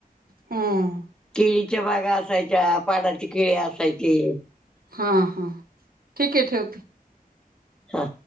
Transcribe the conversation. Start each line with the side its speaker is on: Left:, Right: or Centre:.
Right: हं हं
Centre: केळीच्या बागा असायच्या, पाडाची केळी असायची.
Right: हा हा ठीकये
Centre: हा